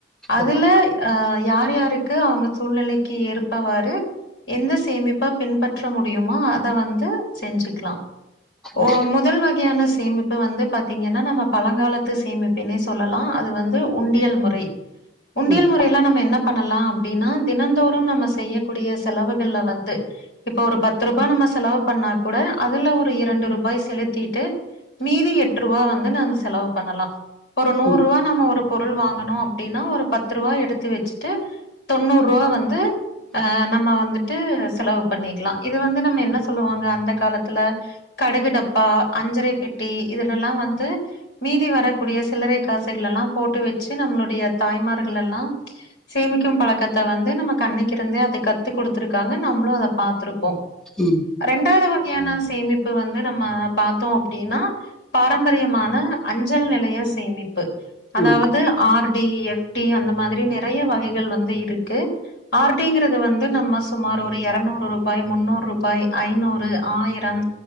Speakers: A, on the left; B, in the centre.
A: அதுல
B: ஓகே
A: அ யார் யாருக்கு அவுங்க சூழ்நிலைக்கு ஏற்பவாரு எந்த சேமிப்ப பின்பற்ற முடி யுமோ அத வந்து செஞ்சுக்லா ஓ
B: ஓகே
A: முதல் வகையான சேமிப்பு வந்து பாத்தீங்கன்னா நம்ம பழங்காலத்து சேமிப்பினே சொல்லலா அது வந்து உண்டியல் முறை உண்டியல்
B: ம்
A: முறையெல்லா நம்ம என்ன பண்ணலா அப்டீனா தினந்தோறும் நம்ம செய்யக்கூடிய செலவுகள்ல வந்து இப்ப ஒரு பத் து ருபா நம்ம செலவு பண்ணா கூட அதுல ஒரு இரண்டு ரூபாய் செலுத்தீட்டு மீதி எட்ரூபா வந்து நம்ம செலவு பண்ணலா ஒரு நூரூவா
B: ம்
A: நம்ம ஒரு பொருள் வாங்கனோஅப்படின்னா ஒரு பத் துருவா எடுத்து வெச்சுட்டு தொண்ணூருவா வந்து அ நம்ம வந்துட்டு செலவு பண்ணிக்கலா இது வந்து நம்ம என்ன சொல்லுவாங்க அந்த காலத்துல கடுகுடப்பா அஞ்சரை பெட்டி இதில் எல்லா‌ வந்து மீதி வரக்கூடிய சில்லரை காசுகளெல்லா போட்டு வெச்சு நம்ளுடைய தாய்மார்கள் எல்லா சேமிக்கு பழக்கத்த வந்து நமக்கு அன்னைக்கிருந்தே கத்துக்குடுத்திருக்காங்க நம்ளோ அத பாத்துருப்
B: ம்
A: ரெண்டாவ்து வக்யான சேமிப்பு வந்து நம்ம பாத்தோ அப்டீனா பாரம்பரியமான அஞ்சல் நிலைய சேமிப் பு அதாவது
B: ம்
A: ஆர் டி எஃப் டி அந்த மாதிரி நிறைய வகைகள் வந்து இருக்கு ஆர்டிங்கிறது வந்து நம்ம சுமார் ஒரு எறநூறு ரூ ய் முன்னூறு ரூபாய் ஐநூறு ஆயிரம்